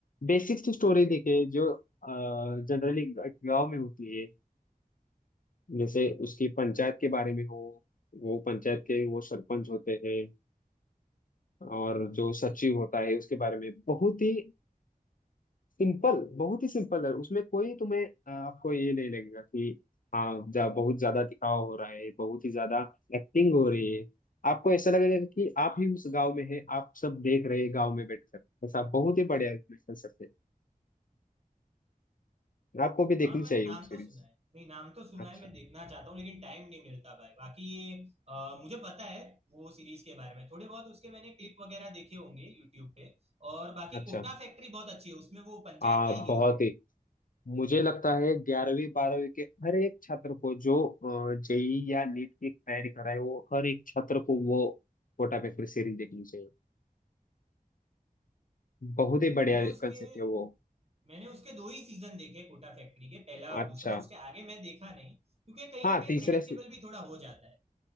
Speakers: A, on the left; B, on the right.
A: बेसिक सी स्टोरी दिखे जो जनरली गांव में होती है जैसे उसकी पंचायत के बारे में हो वो पंचायत के वो सरपंच होते हैं और जो सचिव होता है उसके बारे में बहुत ही सिंपल बहुत ही सिंपल है उसमें कोई तुम्हें अ, आपको ये नहीं लगेगा कि हाँ जा, बहुत ज्यादा दिखावा हो रहा है बहुत ही ज्यादा एक्टिंग हो रही है आपको ऐसा लगेगा कि आप ही उस गांव में हैं आप सब देख रहे हैं गांव में बैठकर ऐसा बहुत ही बढ़िया उसमें कंसेप्ट है आपको भी देखनी
B: हाँ मैंने
A: चाहिए
B: नाम
A: वो सीरीज
B: तो सुना है नहीं नाम तो सुना
A: अच्छा
B: है मैं देखना चाहता हूँ लेकिन टाइम नहीं मिलता भाई बाकी ये अ, मुझे पता है वो सीरीज के बारे में थोड़े बहुत उसके मैंने क्लिप वगैरह देखे होंगे यूट्यूब पे और बाकी
A: अच्छा
B: कोटा फैक्ट्री बहुत अच्छी है उसमें वो पंचायत
A: आ,
B: का ही
A: बहुत
B: हीरो है
A: ही मुझे लगता है ग्यारहवीं बारहवीं के हर एक छात्र को जो जेई या नीट की तैयारी कर रहा है वो हर एक छात्र को वो कोटा पेपर सीरीज देखनी चाहिए बहुत ही बढ़िया
B: मैंने उसके
A: कंसेप्ट है वो
B: मैंने उसके दो ही सीजन देखे कोटा फैक्ट्री के पहला और
A: अच्छा
B: दूसरा उसके आगे मैं देखा नहीं क्योंकि कहीं
A: हाँ
B: ना कहीं
A: तीसरे
B: प्रेडिक्टेबल
A: से
B: भी थोड़ा हो जाता है